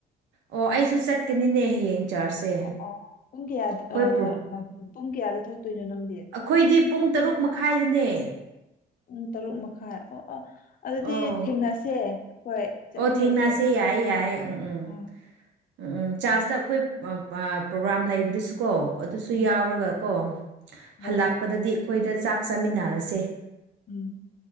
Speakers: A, on the right; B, on the left.
A: ꯑꯣ ꯑꯩꯁꯨ ꯆꯠꯀꯅꯤꯅꯦ ꯍꯌꯦꯡ꯫ ꯆꯥꯔꯖꯁꯦ
B: ꯑꯣ ꯑꯣ ꯄꯨꯡ ꯀꯌꯥꯗ
A: ꯑꯩꯈꯣꯏ
B: ꯑ
A: ꯄ꯭ꯔꯣ
B: ꯑ ꯄꯨꯡ ꯀꯌꯥꯗ ꯊꯣꯛꯇꯣꯏꯅꯣ ꯅꯪꯗꯤ꯫
A: ꯈꯣꯏꯗꯤ ꯄꯨꯡ ꯇꯔꯨꯛ ꯃꯈꯥꯏꯗꯅꯦ꯫
B: ꯄꯨꯡ ꯇꯔꯨꯛ ꯃꯈꯥꯏ ꯑꯣ ꯑꯣ ꯑꯗꯨꯗꯤ
A: ꯑꯣ
B: ꯊꯦꯡꯅꯁꯦ ꯑꯩꯈꯣꯏ꯫ ꯆꯠꯃꯤꯟꯅꯁꯦ
A: ꯑꯣ ꯊꯦꯡꯅꯁꯦ ꯌꯥꯏ ꯌꯥꯏ ꯎꯝ ꯎꯝ꯫
B: ꯑꯥ
A: ꯎꯝ ꯎꯝ ꯆꯥꯔꯖꯇ ꯑꯩꯈꯣꯏ ꯑ ꯄ꯭ꯔꯣꯒ꯭ꯔꯥꯝ ꯂꯩꯕꯗꯨꯁꯨꯀꯣ ꯑꯗꯨꯁꯨ
B: ꯎꯝ
A: ꯌꯥꯎꯔꯒ ꯀꯣ꯫
B: ꯍꯣꯏ
A: ꯍꯜꯂꯥꯛꯄꯗꯗꯤ
B: ꯍꯣꯏ ꯍꯣꯏ
A: ꯑꯩꯈꯣꯏꯗ ꯆꯥꯛ ꯆꯥꯃꯤꯟꯅꯔꯁꯦ꯫
B: ꯎꯝ